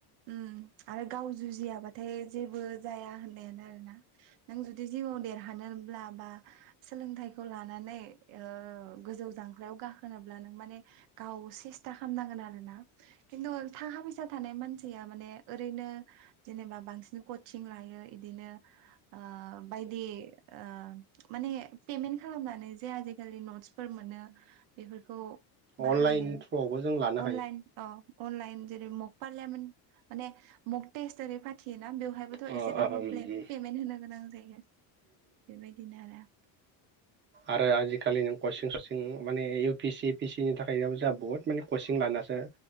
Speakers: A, on the right; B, on the right.
A: उम आरो गाव जुजियाबाथाय जेबो जाया होननायानो आरोना नों जुदि जिउआव देरहा हानोनब्ला बा सोलोंथाइखौ लानानै ओ गोजौ जांख्लायाव गाख होनोब्ला नों माने गाव सेस्था खामनांगोन आरोना खिन्थु थाखा फै थानाय मानसिया माने ओरैनो जेनेबा बांसिन कटचिं लायो इदिनो। आ बायदि। आ माने पेमेन्ट खालामनानै जे आजिखालि नट्सफोर मोनो। बेफोरखौ बाहायो
B: अनलाइन थ्रुआवबो जों लानो
A: अनलाइन अ। अनलाइन जेरै मक पार्लियामेन्ट माने मक टेस्ट ओरै फाथियोना बे बेवहायबोथ'
B: हायो
A: एसेबाबो प्ले पेमेन्ट होनो गोनां जायो। बेबायदिनो आरो।
B: आरो आजिखालि नों कचिं सचिं माने U P C A P C नि थाखाय जोहा बहुत माने कचिं लाना सो